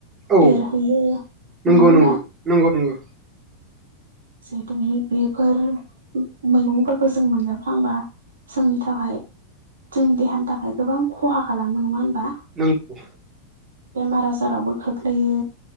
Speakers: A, on the right; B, on the right.
A: औ
B: देरहैयो
A: नंगौ
B: नङा होनबा
A: नंगौ नंगौ नंगौ
B: जिहेतु बे बेफोर मैगंफोरखौ जों मोनजाफ्लांबा जोंनि थाखाय जोंनि देहानि थाखाय गोबां खहा खालामो नङा होनबा
A: नोंगौ
B: बेमार आजारावबो खोख्लैयो